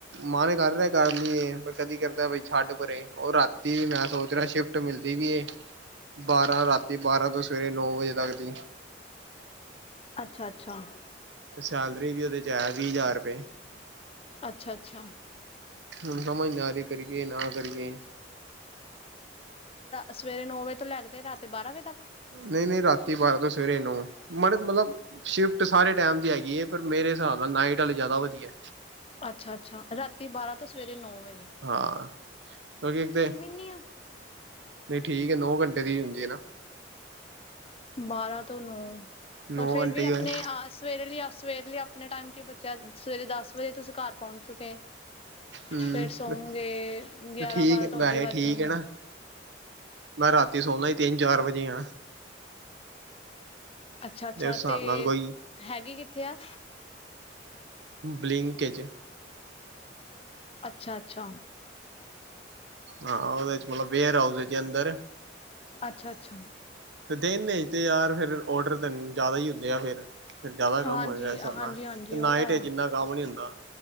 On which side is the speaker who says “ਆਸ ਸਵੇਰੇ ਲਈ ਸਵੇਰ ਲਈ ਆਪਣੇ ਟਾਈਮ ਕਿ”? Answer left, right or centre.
Left